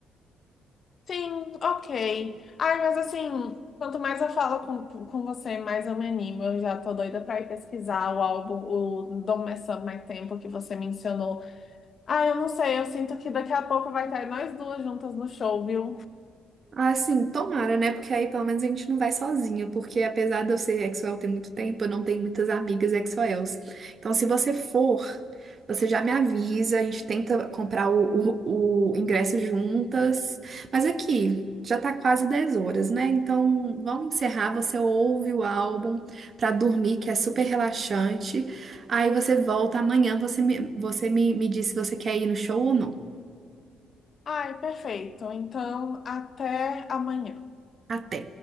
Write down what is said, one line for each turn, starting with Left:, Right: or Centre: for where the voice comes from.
Left: Sim, ok. Ai, mas assim, quanto mais eu falo com, com você, mais eu me animo. Eu já tô doida pra ir pesquisar o álbum, o Don't Mess Up My Tempo, que você mencionou Ah, eu não sei, eu sinto que daqui a pouco vai estar nós duas juntas no show, viu?
Right: Ah, sim, tomara, né? Porque aí pelo menos a gente não vai sozinha, porque apesar de eu ser Exoel tem muito tempo, eu não tenho muitas amigas Exoels. Então, se você for, você já me avisa, a gente tenta comprar o, o, o ingresso juntas. Mas aqui, já tá quase 10 horas, né? Então, vamos encerrar, você ouve o álbum pra dormir, que é super relaxante. Aí você volta amanhã, você me, você me, me diz se você quer ir no show ou não.
Left: Ai, perfeito. Então, até amanhã.
Right: Até.